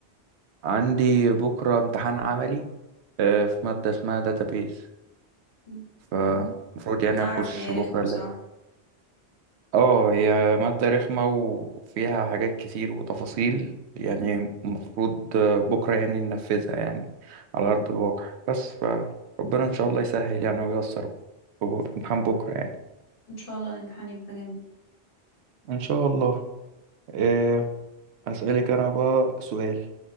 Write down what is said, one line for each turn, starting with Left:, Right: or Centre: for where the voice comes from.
Right: عندي بكره امتحان عملي آه، في ماده اسمها داتابيز
Left: <coughs>
Right: فمفروض يعني
Left: نعرف
Right: اخش
Left: ان هي رخمة
Right: بكره
Left: بصراحة
Right: اللاب اه هي ماده رخمه وفيها حاجات كتير وتفاصيل يعني
Left: مم.
Right: المفروض آه، بكره يعني ننفذها يعني على ارض الواقع بس فربنا ان شاء الله يسهل يعني وييسر في بو- في امتحان بكره يعني
Left: ان شاء الله الامتحان يبقى جميل
Right: ان شاء الله أه هسألك انا بقى سؤال